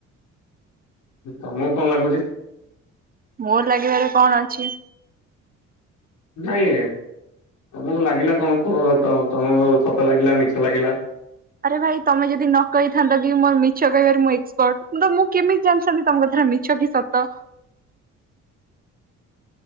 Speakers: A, on the left; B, on the right.
A: ତମକୁ କଣ ଲାଗୁଚି?
B: ମୋର ଲାଗିବାରେ କଣ ଅଛି?
A: ନାଇଁ ତମକୁ ଲାଗିଲା କଣ କୁହ ତମ-ତମକୁ ସତ ଲାଗିଲା ମିଛ ଲାଗିଲା?
B: ଆରେ ଭାଇ ତମେ ଯଦି ନ କହିଥାନ୍ତ କି ମୋର ମିଛ କହିବାରେ ମୁଁ ଏକ୍ସପର୍ଟ ତ ମୁଁ କେମିତି ଜାଣିଥାନ୍ତି ତମ କଥା। ଏରା ମିଛ କି ସତ